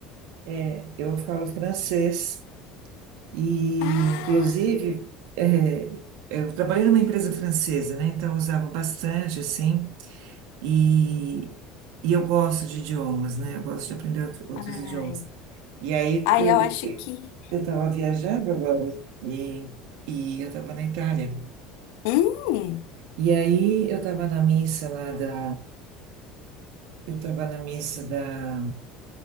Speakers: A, on the right; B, on the left.
A: É, eu falo francês e,
B: Ah,
A: inclusive, é, eu trabalhei numa empresa francesa, né? Então, eu usava bastante, assim. E, e eu gosto de idiomas, né? Eu gosto de aprender outro- outros
B: ai.
A: idiomas. E aí
B: Ai,
A: eu
B: eu acho que.
A: eu estava viajando agora e, e eu estava na Itália.
B: Hum.
A: E aí eu estava na missa lá da eu estava na missa da